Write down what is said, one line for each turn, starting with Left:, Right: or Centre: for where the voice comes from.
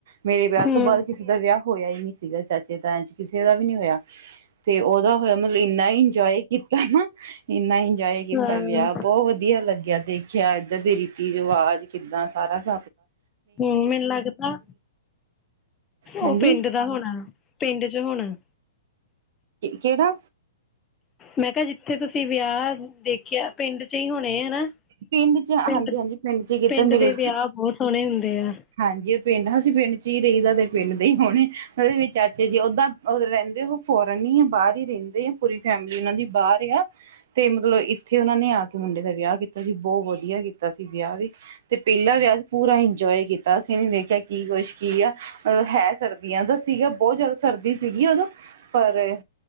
Right: ਮੇਰੇ ਵਿਆਹ
Left: ਹੂੰ
Right: ਤੋਂ ਬਾਅਦ ਕਿਸੇ ਦਾ ਵਿਆਹ ਹੋਇਆ, ਹੀ ਨਹੀਂ ਸੀਗਾ ਚਾਚੇ ਤਾਏ ਚ ਕਿਸੇ ਦਾ ਵੀ ਨੀ ਹੋਇਆ ਤੇ ਉਹਦਾ ਮਤਲਬ ਇੰਨਾ ਇੰਜੋਏ ਕੀਤਾ ਨਾ ਇੰਨਾ ਇੰਜੋਏ ਕੀਤਾ,
Left: ਹਾਂ
Right: ਵਿਆਹ ਬਹੁਤ ਵਧੀਆ ਲੱਗਿਆ। ਦੇਖਿਆ ਇੱਧਰ ਦੇ ਰੀਤੀ, ਰਿਵਾਜ ਕਿੱਦਾਂ ਸਾਰਾ ਸ
Left: ਹੂੰ, ਮੈਨੂੰ ਲੱਗਦਾ
Right: ਹਾਂਜੀ
Left: ਉਹ ਪਿੰਡ ਦਾ ਹੋਣਾ। ਪਿੰਡ ਚ ਹੋਣਾ।
Right: ਕਿਹੜਾ
Left: ਮੈਂ ਕਿਹਾ ਜਿੱਥੇ ਤੁਸੀਂ ਵਿਆਹ ਦੇਖਿਆ ਪਿੰਡ ਚ ਹੀ ਹੋਣੇ ਹਨਾ।
Right: ਪਿੰਡ ਚ
Left: ਪਿੰਡ
Right: ਹਾਂਜੀ ਹਾਂਜੀ ਪਿੰਡ ਚ ਕੀਤਾ ਮੇਰੇ
Left: ਦੇ ਵਿਆਹ ਬਹੁਤ ਸੋਹਣੇ ਹੁੰਦੇ ਆ।
Right: ਹਾਂਜੀ ਪਿੰਡ ਅਸੀਂ ਪਿੰਡ ਚ ਹੀ ਰਹੀਦਾ ਤੇ ਪਿੰਡ ਦੇ ਹੀ ਹੋਣੇ ਉਹਦੇ ਵਿੱਚ ਚਾਚੇ ਜੀ ਓਦਾਂ ਰਹਿੰਦੇ ਉਹ ਫੋਰਨ ਬਾਹਰ ਹੀ ਰਹਿੰਦੇ ਆ ਪੂਰੀ ਫੈਮਿਲੀ ਉਹਨਾਂ ਦੀ ਬਾਹਰ ਆ ਤੇ ਮਤਲਬ ਇੱਥੇ ਉਹਨਾਂ ਨੇ ਆ ਕੇ ਮੁੰਡੇ ਦਾ ਵਿਆਹ ਕੀਤਾ। ਸੀ ਬਹੁਤ ਵਧੀਆ ਕੀਤਾ ਸੀ ਵਿਆਹ ਵੀ ਤੇ ਪਹਿਲਾਂ ਵਿਆਹ ਪੂਰਾ ਇੰਜੋਏ ਕੀਤਾ ਅਸੀਂ ਦੇਖਿਆ ਕੀ ਕੁਛ ਕੀ ਆ ਅਹ ਹੈ ਸਰਦੀਆਂ ਦਾ ਸੀਗਾ ਬਹੁਤ ਜ਼ਿਆਦਾ ਸਰਦੀ ਸੀਗੀ ਉਦੋਂ ਪਰ-'